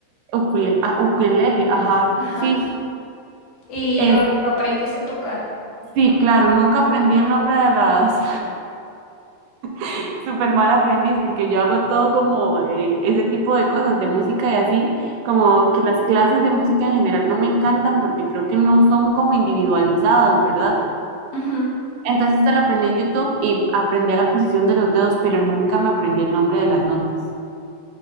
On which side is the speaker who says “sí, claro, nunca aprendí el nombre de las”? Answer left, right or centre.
Right